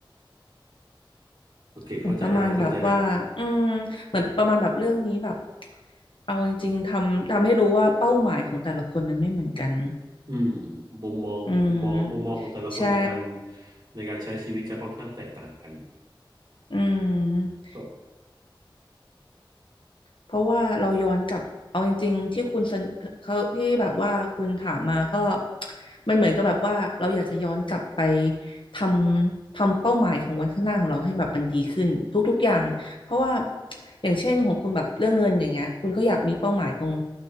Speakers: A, on the right (about 50°); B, on the left (about 70°).
A: โอเคเข้าใจได้เข้าใจได้
B: เหมือนประมาณแบบว่าอืมเหมือนประมาณแบบเรื่องนี้แบบเอาจริงๆทำทำให้รู้ว่าเป้าหมายของแต่ละคนมันไม่เหมือนกัน
A: อืมมุมมองมุมมองมุมมองของแต่ละคนในการ
B: อืมใช่
A: ในการใช้ชีวิตจะค่อนข้างแตกต่างกัน
B: อืม
A: ก็
B: เพราะว่าเราย้อนกลับเอาจริงๆที่คุณเสนเขาที่แบบว่าคุณถามมาก็มันเหมือนกับแบบว่าเราอยากจะย้อนกลับไปทำทำเป้าหมายของวันข้างหน้าของเราให้แบบมันดีขึ้นทุกๆอย่างเพราะว่าอย่างเช่นของคุณแบบเรื่องเงินอย่างเงี้ยคุณก็อยากมีเป้าหมายตรง